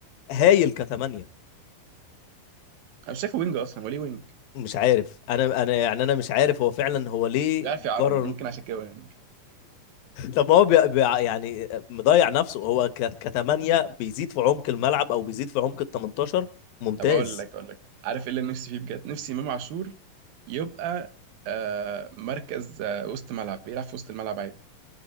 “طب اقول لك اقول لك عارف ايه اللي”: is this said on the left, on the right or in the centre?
Right